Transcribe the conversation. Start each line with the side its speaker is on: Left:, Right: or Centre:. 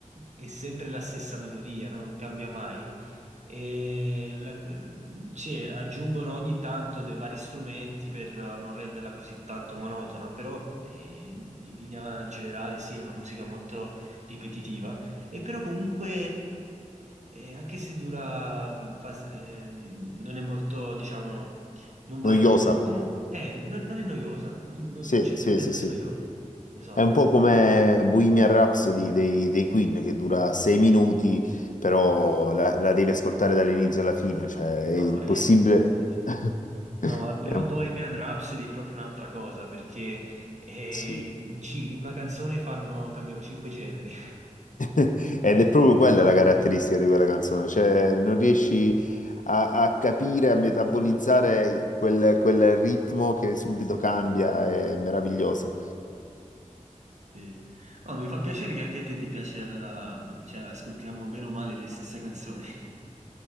Right: è sempre la stessa melodia, no? Non cambia mai. E la- sì, aggiungono ogni tanto dei vari strumenti per non renderla così tanto monotona, però eh, in linea generale sì, è una musica molto ripetitiva, e però comunque, eh, anche se dura, fa- ehm, non è molto, diciamo non varia
Left: noiosa,
Right: molto. Comunque, eh, non, non è noiosa, Non- non-
Left: sì,
Right: cioè
Left: sì,
Right: per me
Left: sì,
Right: non
Left: sì.
Right: è noiosa. Esatto.
Left: È un po' come Bohemian Rhapsody dei, dei Queen che dura sei minuti, però la, la devi ascoltare dall'inizio alla fine, cioè è
Right: No,
Left: impossibile.
Right: eh, sì, sì.
Left: <laughs>
Right: No, eh, però
Left: È un-
Right: Bohemian Rhapsody è proprio un'altra cosa, perché eh,
Left: Sì.
Right: in, ci- in una canzone fanno, cambiano cinque generi. <laughs>
Left: <laughs> Ed è proprio quella la caratteristica di quella canzone, cioè non riesci a, a capire, a metabolizzare quel, quel ritmo che subito cambia, è meraviglioso.
Right: Sì. Oh, mi fa piacere che anche a te ti piace, allora, cioè, ascoltiamo bene o male le stesse canzoni. <laughs>